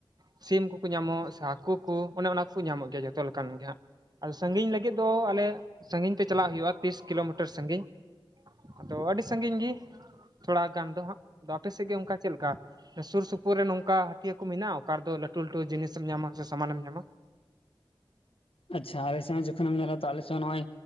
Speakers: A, on the right; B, on the left.
A: ᱥᱤᱢ ᱠᱚᱠᱚ ᱧᱟᱢᱚᱜ ᱥᱮ ᱦᱟᱹᱠᱩ ᱠᱩ ᱚᱱᱮ ᱚᱱᱟ ᱠᱩ ᱧᱟᱢᱚᱜ ᱜᱮᱭᱟ ᱡᱚᱛᱚ ᱞᱮᱠᱟᱱ ᱜᱮ ᱦᱟᱸᱜ ᱟᱫᱚ ᱥᱟᱺᱜᱤᱧ ᱞᱟᱹᱜᱤᱫ ᱫᱚ ᱟᱞᱮ ᱥᱟᱺᱜᱤᱧ ᱛᱮ ᱪᱟᱞᱟᱜ ᱦᱩᱭᱩᱜᱼᱟ ᱛᱤᱥ ᱠᱤᱞᱳᱢᱤᱴᱟᱨ ᱥᱟᱺᱜᱤᱧ ᱾ ᱟᱫᱚ ᱟᱹᱰᱤ ᱥᱟᱺᱜᱤᱧ ᱜᱤ ᱛᱷᱚᱲᱟ ᱜᱟᱱ ᱫᱚ ᱦᱟᱸᱜ ᱟᱫᱚ ᱟᱯᱮ ᱥᱮᱫ ᱜᱮ ᱚᱱᱠᱟ ᱪᱮᱫ ᱞᱮᱠᱟ ᱥᱩᱨ ᱥᱩᱯᱩ ᱯᱩᱨ ᱨᱮ ᱱᱚᱝᱠᱟ ᱦᱟᱹᱴᱤᱭᱟᱹ ᱠᱚ ᱢᱮᱱᱟᱜᱼᱟ ᱾ ᱚᱠᱟ ᱨᱮᱫᱚ ᱞᱟᱹᱴᱩ ᱞᱟᱹᱴᱩ ᱡᱤᱱᱤᱥᱮᱢ ᱧᱟᱢᱟ ᱥᱮ ᱥᱟᱢᱟᱱᱮᱢ ᱧᱟᱢᱟ ᱾
B: ᱟᱪᱪᱷᱟ ᱟᱞᱮ ᱥᱮᱫ ᱦᱚᱸ ᱡᱚᱠᱷᱚᱱᱮᱢ ᱧᱮᱞᱟᱢ ᱛᱚ ᱟᱞᱮ ᱥᱮᱫ ᱱᱚᱜᱚᱭ